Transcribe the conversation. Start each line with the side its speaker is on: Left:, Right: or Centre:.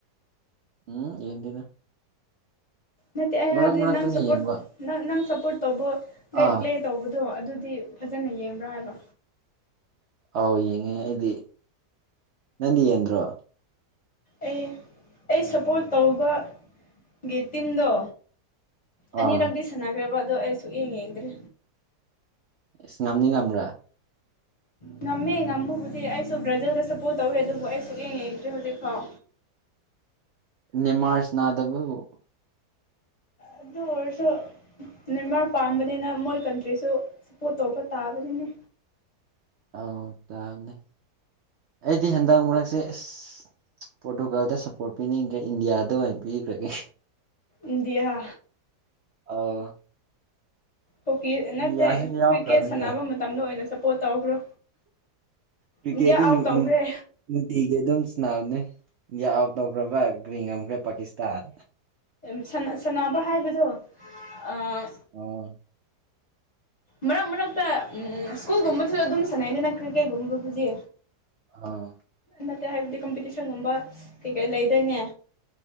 Right: ꯎꯝ ꯌꯦꯡꯗꯦꯗ
Left: ꯅꯠꯇꯦ ꯑꯩ
Right: ꯃꯔꯛ
Left: ꯍꯥꯏꯕꯗꯤ
Right: ꯃꯔꯛꯇꯅ
Left: ꯅꯪ ꯁꯞꯄꯣꯔꯠ
Right: ꯌꯦꯡꯕ
Left: ꯅꯪ ꯅꯪ ꯁꯞꯄꯣꯔꯠ ꯇꯧꯕ ꯔꯦꯗ
Right: ꯑꯥ
Left: ꯄ꯭ꯂꯦ ꯇꯧꯕꯗꯣ ꯑꯗꯨꯗꯤ ꯐꯖꯅ ꯌꯦꯡꯕ꯭ꯔꯥ ꯍꯥꯏꯕ
Right: ꯑꯧ ꯌꯦꯡꯉꯦ ꯑꯩꯗꯤ ꯅꯪꯗꯤ ꯌꯦꯟꯗ꯭ꯔꯣ
Left: ꯑꯩ ꯑꯩ ꯁꯞꯄꯣꯔꯠ ꯇꯧꯕꯒꯤ ꯇꯤꯝꯗꯣ ꯑꯅꯤꯔꯛꯗꯤ
Right: ꯑꯥ
Left: ꯁꯟꯅꯈ꯭ꯔꯦꯕ ꯑꯗꯣ ꯑꯩ ꯁꯨꯛ ꯌꯦꯡ ꯌꯦꯡꯗ꯭ꯔꯦ
Right: ꯑꯦꯁ ꯉꯝꯅꯤ ꯉꯝꯕ꯭ꯔꯥ
Left: ꯉꯝꯃꯦ ꯉꯃꯕꯨꯗꯤ ꯑꯩꯁꯨ ꯕ꯭ꯔꯥꯖꯤꯜꯗ ꯁꯞꯄꯣꯔꯠ ꯇꯧꯋꯦ ꯑꯗꯨꯕꯨ ꯑꯩꯁꯨꯛ ꯌꯦꯡ ꯌꯦꯡꯗ꯭ꯔꯤ ꯍꯧꯖꯤꯛꯐꯥꯎ
Right: ꯅꯦꯃꯥꯔ ꯁ꯭ꯅꯥꯗꯕꯕꯨ
Left: ꯑꯗꯨ ꯑꯣꯏꯔꯁꯨ ꯅꯦꯃꯥꯔ ꯄꯥꯝꯕꯅꯤꯅ ꯃꯣꯏ ꯀꯟꯇ ꯔꯤꯁꯨ ꯁꯞꯄꯣꯔꯠ ꯇꯧꯕ ꯇꯥꯕꯅꯤꯅꯦ
Right: ꯑꯧ ꯇꯥꯕꯅꯦ ꯑꯩꯗꯤ ꯍꯟꯗꯛ ꯃꯔꯛꯁꯦ ꯑꯁ ꯄꯣꯔꯇꯨꯒꯥꯜꯗ ꯁꯞꯄꯣꯔꯠ ꯄꯤꯅꯤꯡꯗ꯭ꯔꯦ ꯏꯟꯗꯤꯌꯥꯗ ꯑꯣꯏꯅ ꯄꯤꯈ꯭ꯔꯒꯦ
Left: ꯏꯟꯗꯤꯌꯥ
Right: ꯑꯧ
Left: ꯍꯣꯛꯀꯤ ꯅꯠꯇꯦ
Right: ꯏꯟꯗꯤꯌꯥꯁꯨ ꯌꯥꯎꯈ꯭ꯔꯕꯅꯦ
Left: ꯀ꯭ꯔꯤꯛꯀꯦꯠ ꯁꯥꯟꯅꯕ ꯃꯇꯝꯗ ꯑꯣꯏꯅ ꯁꯞꯄꯣꯠ ꯇꯧꯈ꯭ꯔꯣ
Right: ꯀ꯭ꯔꯤꯀꯦꯠꯇꯤ
Left: ꯏꯟꯗꯤꯌꯥ ꯑꯥꯎꯠ
Right: ꯅꯨꯡ
Left: ꯇꯧꯈ꯭ꯔꯦ
Right: ꯅꯨꯡ ꯅꯨꯡꯇꯤꯒꯤ ꯑꯗꯨꯝ ꯁꯟꯅꯕꯅꯦ ꯏꯟꯗꯤꯌꯥ ꯑꯥꯎꯠ ꯇꯧꯈ꯭ꯔꯕ ꯒ꯭ꯔꯤ ꯉꯝꯈ꯭ꯔꯦ ꯄꯥꯀꯤꯁꯇꯥꯟ
Left: ꯁꯅ ꯁꯟꯅꯥꯕ ꯍꯥꯏꯕꯗꯣ ꯑꯥ
Right: ꯑꯣ
Left: ꯃꯔꯛ ꯃꯔꯛꯇ ꯎꯝ ꯁ꯭ꯀꯨꯜꯒꯨꯝꯕꯗꯨꯁꯨ ꯑꯗꯨꯝ ꯁꯥꯟꯅꯩꯗꯅ ꯀ꯭ꯔꯤꯀꯦꯠꯒꯨꯝꯕꯕꯨꯗꯤ
Right: ꯑ
Left: ꯅꯠꯇꯦ ꯍꯥꯏꯕꯗꯤ ꯀꯝꯄꯤꯇꯤꯁꯟꯒꯨꯝꯕ ꯀꯩ ꯀꯩ ꯂꯩꯗꯥꯏꯅꯦ